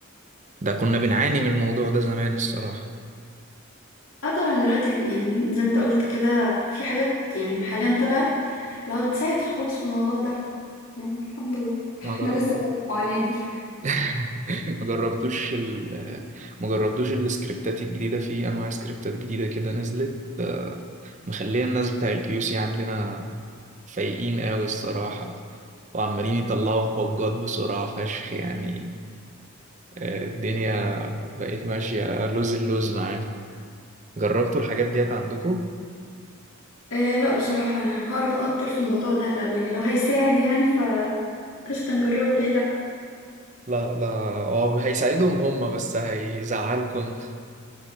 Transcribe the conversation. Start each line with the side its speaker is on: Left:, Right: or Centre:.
Right: ده كنا بنعاني من الموضوع ده زمان الصراحة
Left: اه طبعا دلوقتي ب- يعني زي ما انت قلت كده في حاجات يعني حاليا طلعت لو بتساعد في- خالص في الموضوع ده يعني الحمد لله احنا
Right: ما جربتوش
Left: لسه في المعاناة دي
Right: <laughs> ما جربتوش ال ما جربتوش السكريبتات الجديدة في أنواع سكريبتات جديدة كده نزلت مخليه الناس بتاع الكيو سي عندنا فايقين قوي الصراحة وعمالين يطلعوا في بجات بسرعة فشخ يعني آه، الدنيا بقت ماشية لوز اللوز معاهم جربتوا الحاجات ديت عندكم؟
Left: إيه لا بصراحة انا هعرف اكتر في الموضوع ده لو يعني لو هيساعد يعني ف قشطة نجربه ليه لا
Right: لا لا هو هيساعدهم هم بس هيزعلكم انت